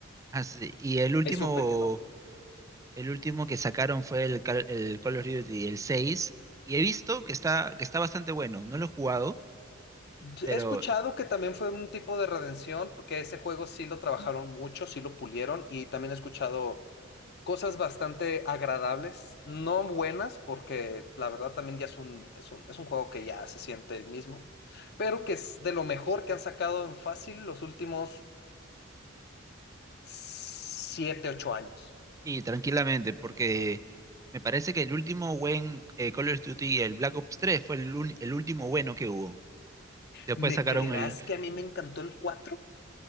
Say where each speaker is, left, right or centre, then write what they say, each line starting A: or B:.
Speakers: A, on the right (about 15°); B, on the left (about 55°).
A: así- y el último
B: Ahí supe que no.
A: El último que sacaron fue el, Cal- el Call of Duty, el 6 y he visto que está, que está bastante bueno. No lo he jugado,
B: He
A: pero
B: escuchado que también fue un tipo de redención, porque ese juego sí lo trabajaron mucho, sí lo pulieron, y también he escuchado cosas bastante agradables, no buenas, porque la verdad también ya es un, es un, es un juego que ya se siente el mismo, pero que es de lo mejor que han sacado en fácil los últimos siete ocho años.
A: y tranquilamente, porque me parece que el último buen eh, Call of Duty, el Black Ops 3 fue el, un- el último bueno que hubo. Después
B: ¿Me
A: sacaron
B: creerás
A: el,
B: que a mí me encantó el 4?